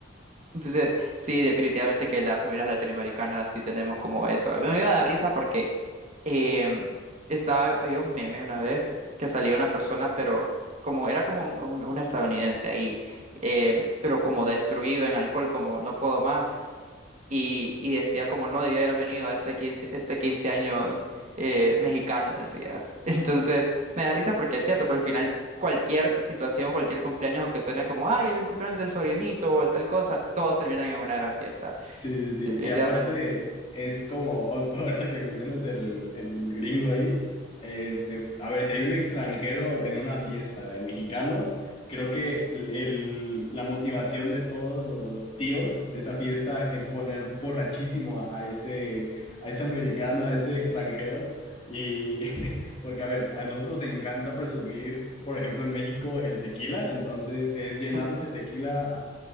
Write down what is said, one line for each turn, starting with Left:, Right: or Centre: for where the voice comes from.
Right: Entonces, sí, definitivamente que las familias latinoamericanas sí tenemos como eso. A mí me iba a dar risa porque em, estaba, había un meme una vez que salía una persona, pero como era como un, un- un estadounidense ahí, em, pero como destruido en alcohol, como no puedo más, y, y decía como no debía haber venido a este quince este 15 años eh, mexicano, decía. <laughs> Entonces, me da risa porque es cierto, pero al final cualquier situación, cualquier cumpleaños, aunque suene como, ay, el cumpleaños del sobrinito o tal cosa, todos terminan en una gran fiesta,
Left: Sí, sí, sí.
Right: definitivamente.
Left: Y aparte es como, a- <laughs> ahorita que mencionas el, el gringo ahí, este, a ver, si hay un extranjero en una fiesta de mexicanos, creo que el, el- la motivación de todos los tíos de esa fiesta es poner borrachísimo a, a ese, a ese americano, a ese extranjero. Y <laughs> porque, a ver, a nosotros nos encanta presumir, por ejemplo, en México el tequila, entonces es llenarlo
Right: <laughs>
Left: de tequila